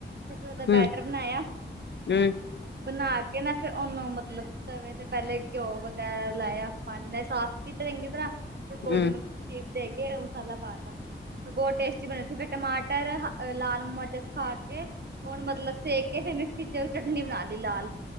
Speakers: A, on the right; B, on the left.
A: ਫੇ ਉਹਦਾ
B: ਹੂੰ
A: ਬੈਟਰ ਬਣਾਇਆ।
B: ਹੂੰ
A: ਬਣਾ ਕੇ ਨਾ ਫੇਰ ਉਹਨੂੰ ਮਤਲਬ ਤਵੇਂ ਤੇ ਪਹਿਲੇ ਘਿਓ ਵਗ਼ੈਰਾ ਲਾਇਆ, ਪਾਨੀ ਨਾਲ ਸਾਫ ਕੀਤੇ ਚੰਗੀ ਤਰ੍ਹਾਂ ਫਿਰ ਕੋਲੇ
B: ਹੂੰ
A: ਨੂੰ ਸ਼ੇਪ ਦੇ ਕੇ ਮਸਾਲਾ ਪਾਤਾ, ਤੇ ਬਹੁਤ ਟੇਸਟੀ ਬਣੇ ਸੀ, ਫੇਰ ਟਮਾਟਰ ਹ ਲਾਲ ਮਰਚਾਂ ਸੁੱਖਾ ਕੇ। ਉਹਨੂੰ ਮਤਲਬ ਸੇਕ ਕੇ ਫਿਰ ਮਿਕਸੀ ਚ ਚਟਨੀ ਬਣਾ ਲੀ ਲਾਲ।